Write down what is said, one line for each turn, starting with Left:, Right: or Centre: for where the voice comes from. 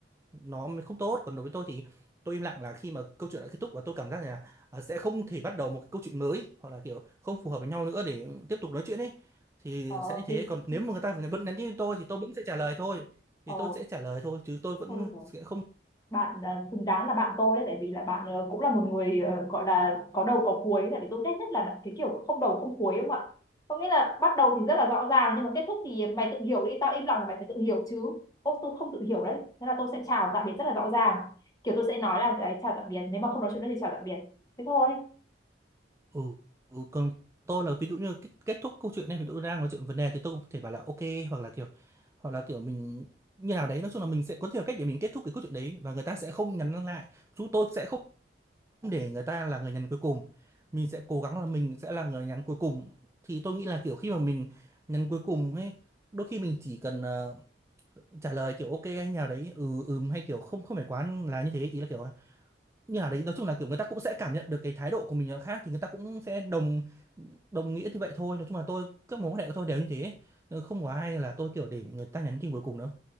Right: nó mới không tốt còn đối với tôi thì tôi im lặng là khi mà câu chuyện đã kết thúc và tôi cảm giác là à, sẽ không thể bắt đầu một cái câu chuyện mới hoặc là kiểu không phù hợp với nhau nữa để tiếp tục nói chuyện ấy thì
Left: ờ
Right: sẽ như thế
Left: thì,
Right: còn nếu
Left: thì
Right: mà người ta vẫn nhắn tin cho tôi thì tôi vẫn sẽ trả lời thôi thì
Left: ờ
Right: tôi sẽ trả lời thôi chứ tôi vẫn
Left: thôi được rồi
Right: sẽ không
Left: bạn ờ, xứng đáng là bạn tôi đấy tại vì là bạn ờ, cũng là một người ờ, gọi là có đầu có cuối tại vì tôi ghét nhất là cái kiểu không đầu không cuối đúng không ạ có nghĩa là bắt đầu thì rất là rõ ràng nhưng mà kết thúc thì mày tự hiểu đi tao im lặng là mày phải tự hiểu chứ ô tôi không tự hiểu đấy thế là tôi sẽ chào tạm biệt rất là rõ ràng kiểu tôi sẽ nói là đấy chào tạm biệt nếu mà không nói chuyện nữa thì chào tạm biệt thế thôi
Right: Ừ, ừ, còn tôi là ví dụ như kết, kết thúc câu chuyện này ví dụ đang nói chuyện vấn đề thì tôi cũng có thể bảo là ok hoặc là kiểu hoặc là kiểu mình như nào đấy nói chung là mình sẽ có nhiều cách để mình kết thúc cái câu chuyện đấy và người ta sẽ không nhắn lại chúng tôi sẽ không để người ta là người nhắn cuối cùng mình sẽ cố gắng là mình sẽ là người nhắn cuối cùng thì tôi nghĩ là kiểu khi mà mình nhắn cuối cùng ấy đôi khi mình chỉ cần ờ, trả lời kiểu ok hay nào đấy ừ ừm hay kiểu không không phải quá là như thế ý là kiểu như nào đấy nói chung là kiểu người ta cũng sẽ cảm nhận được cái thái độ của mình là khác thì người ta cũng sẽ đồng đồng nghĩa như vậy thôi nói chung là tôi các mối quan hệ của tôi đều như thế Ờ, không có ai là tôi kiểu để người ta nhắn tin cuối cùng đâu